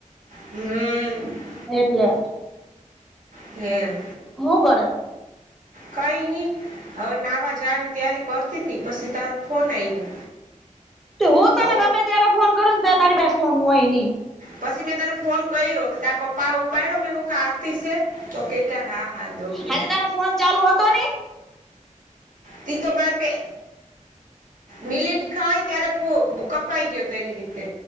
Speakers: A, on the right; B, in the centre.
A: હમ.
B: એટલે.
A: હે.
B: મું ઘર.
A: કઈ નહી. હવે નાવા જની તારી કરતી હતી પછી તારો ફોન આવ્યો.
B: હું
A: તો
B: ત ને ગમે ત્યારે ફોન કરું ને ત તારી ભાઈ ફોન હોય ન.
A: પછી મેં તને ફોન કર્યો તારા પપ્પા ઉપડ્યો મે કોકતીસે તો હા. હા દઉં દઉં
B: હજ તારો ફોન ચાલુ હતો નહી.
A: ત તોરે મિલિટ. ખાય ત્યારે પુ કપરાાઈ ગયો હતો એની રીતે.